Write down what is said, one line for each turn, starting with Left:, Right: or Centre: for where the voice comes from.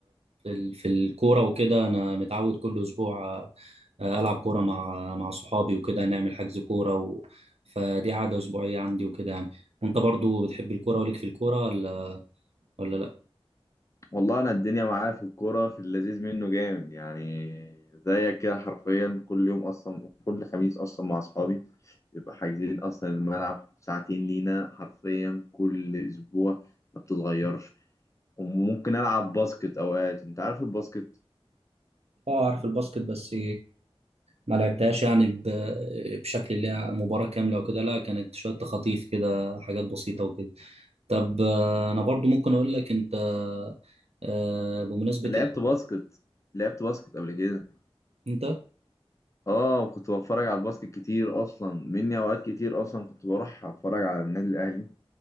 Right: في ال- في الكوره وكده انا متعود كل اسبوع آه، آه، العب كوره مع مع صحابي وكده نعمل حجز كوره و... فدي عاده اسبوعيه عندي وكده يعني وانت برضو بتحب الكوره وليك في الكوره ولا ولا لا
Left: والله انا الدنيا معايا في الكوره في اللذيذ منه جامد يعني زيك كده حرفيا كل يوم اصلا كل خميس اصلا مع اصحابي بيبقى حاجزين اصلا الملعب ساعتين لينا حرفيا كل اسبوع ما بتتغيرش وممكن العب باسكت اوقات انت عارف الباسكت
Right: اه اعرف الباسكت بس ما لعبتهاش يعني ب... بشكل اللي هي مباراه كامله وكده لا كانت شويه تخاطيف كده حاجات بسيطه وكده طب آه، انا برضو ممكن اقول لك انت آه، بمناسبه
Left: لعبت
Right: ال...
Left: باسكت لعبت باسكت قبل كده
Right: انت
Left: اه وكنت بتفرج على الباسكت كتير اصلا مني اوقات كتير اصلا كنت بروح اتفرج على النادي الاهلي